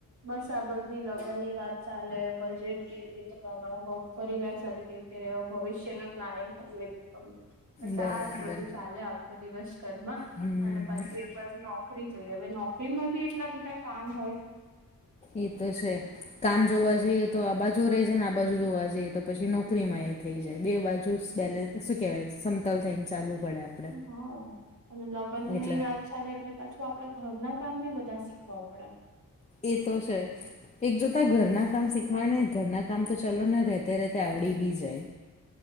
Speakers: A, on the right; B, on the left.
A: બસ આ બધી લગ્ન ની વાત ચાલે બજેટ કેવી રીતે બનાવ બ. પરિવાર સાથે કેવી રીતેવા ભવિષ્યનું પ્લાનિંગ કેવી રીતે. બસ
B: બરાબર
A: આજ બધું ચાલે આખો દિવસ ઘરમાં
B: હમ
A: અને એક બાજુ નોકરી જોઈ હવે નોકરીમાં બી એટલા બધા કામ હોય.
B: એ તો છે કામ જોવા જઈએ તો આ બાજુ રહે છે ને આ બાજુ જોવા જઈએ તો પછી નોકરીમાં એ. થઈ જાય બે બાજુ બેલેન્સ શું કહેવાય સમતલ થઈને ચાલવું પડે આપણે.
A: હા અને લગ્ને
B: એટલે
A: ની વાત ચાલે એટલે પાછું આપડે ઘરના કામ ની બધા શીખવા પડે.
B: એ તો છે એક જોતા ઘરના કામ શીખવા ને ઘરના કામ તો ચાલ ને રેતે રે આવડી બી જાય.